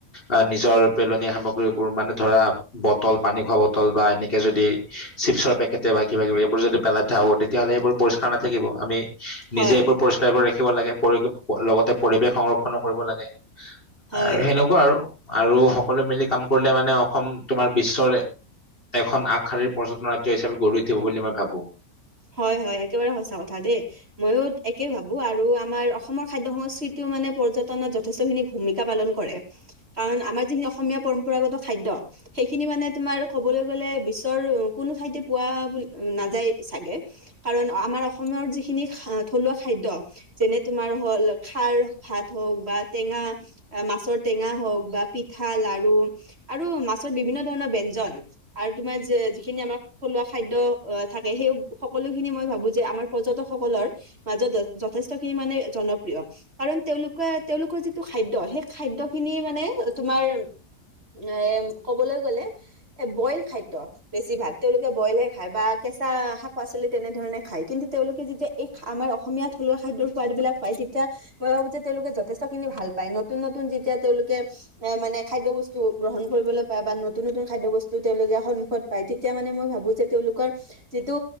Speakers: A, on the left; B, on the right.
A: আহ নিজৰ পেলনীয়া সামগ্ৰীবোৰ মানে ধৰা। ব পানী খোৱা বল বা এনেকে যদি চিপৰ পেকে বা কিবা কিবি এইবোৰ পেলাই। হব তেতিয়াহ'লে সেইবোৰ পৰিষ্কাৰ নাথাকিব। আমি
B: হয়
A: নিজে এইবোৰ পৰিষ্কাৰ কৰি ৰাখ। ৰাখিব লাগে পৰিশ লগতে পৰিৱেশ সংৰক্ষণো কৰিব লাগে।
B: হয়
A: আৰু সেনেকুৱা আৰু আৰু সকলোৱে মিলি কাম কৰিলে মানে অসম তোমাৰ বিশ্বৰে। এখন আগশাৰীৰ পৰ্যটন ৰাজ্য হিচাপে গঢ়ি উঠিব বুলি মই ভাবো।
B: হয় হয় একেবাৰে সঁচা কথা দেই ময়ো একে ভাবো আৰু আমাৰ অসমৰ খাদ্য সংস্কৃতিও। মানে পৰ্যটনত যথেষ্ট খিনি ভূমিকা পালন কৰে। কাৰণ আমাৰ যিখিনি অসমীয়া পৰম্পৰাগত খাদ্য। সেইখিনি মানে তোমাৰ কবলৈ গলে বিশ্বৰ কোনো ঠাইতে পোৱা নাযায় চাগে। কাৰণ আমাৰ অসমৰ যিখিনি থলুৱা খাদ্য যেনে তোমাৰ হল খাৰ। ভাত হক বা টেঙা মাছৰ টেঙা হক বা পিঠা লাৰু আৰু মাছ। ত বিভিন্ন ধৰণৰ ব ব্যঞ্জন আৰু তোমাৰ যিখিনি আমাৰ থলুৱা খাদ্য অ থাকে সেই। সকলোখিনি মই ভাবো যে আমাৰ পৰ্যটকসকলৰ মাজত যথেষ্ট খিনি মানে জনপ্ৰিয়। কাৰণ তেওঁলোকে তেওঁলোকৰ যিটো খাদ্য সেই খাদ্য খিনি মানে তোমাৰ। এ ক'বলৈ গ'লে এ বইল খাদ্য বেছি ভাল তেওঁলোকে বইলহে খায় বা। কেঁচা শাক পাচলি তেনেধৰণে খাই, কিন্তু তেওঁলোকে যেতিয়া এই আমাৰ অসমীয়া থলুৱা খাদ্যৰ সোৱাদ বিলাক পায় তেতিয়া খাব যে তেওঁলোকে যথেষ্টখিনি ভাল পাই নতুন নতুন যেতিয়া তেওঁলোকে, মানে খাদ্য বস্তু গ্ৰহণ কৰিবলৈ বা নতুন নতুন খাদ্যবস্তু তেওঁলোকে সন্মুখত পায় তেতিয়া মানে মই ভাবো যে তেওঁলোকৰ, যিটো